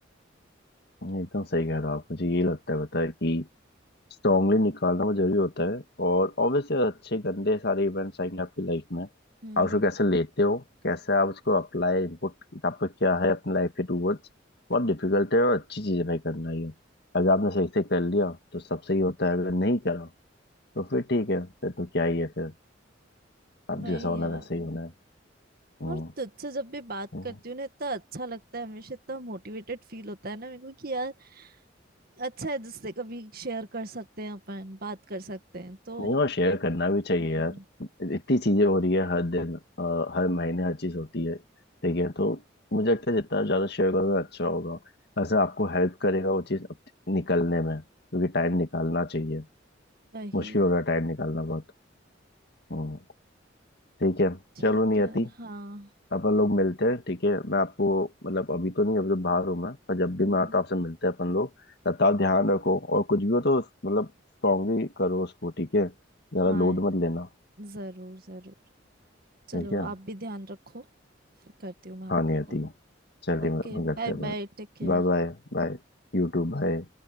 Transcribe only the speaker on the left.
ये एकदम सही कह रहे हो आप मुझे ये लगता है पता है कि स्ट्रांगली निकालना वो जरूरी होता है और ऑब्वियसली अच्छे गंदे सारे इवेंट्स आएंगे आपकी लाइफ में
आप उसको कैसे लेते हो कैसे आप उसको अप्लाई इनपुट आपका क्या है अपनी लाइफ के टूवर्ड्स बहुत डिफिकल्ट है और अच्छी चीज़ है भाई करना ये अगर आपने सही से कर लिया तो सब सही होता है अगर नहीं करा तो फिर ठीक है फिर तो क्या ही है फिर आप
जैसा होना
है वैसे ही होना है हम्म
हम्म।
नहीं वो शेयर करना भी चाहिए
यार इतनी चीजें हो रही है हर दिन अ, हर महीने हर चीज होती है ठीक है तो मुझे लगता है जितना ज्यादा शेयर करोगे अच्छा होगा ऐसा आपको हेल्प करेगा वो चीज अब निकलने में क्योंकि टाइम निकालना चाहिए
मुश्किल हो रहा है टाइम निकालना बहुत हम्म, ठीक है
चलो नियति
अपन लोग मिलते हैं ठीक है मैं आपको मतलब अभी तो नहीं अभी तो बाहर हूँ मैं पर जब भी
मैं आता
हूँ आपसे मिलते हैं अपन लोग तब आप ध्यान रखो और कुछ भी हो तो मतलब स्ट्रांगली करो उसको ठीक है ज्यादा
लोड मत लेना
ठीक है
हाँ नियति
चलिए
मैं
करते हैं बात
Bye bye Bye YouTube bye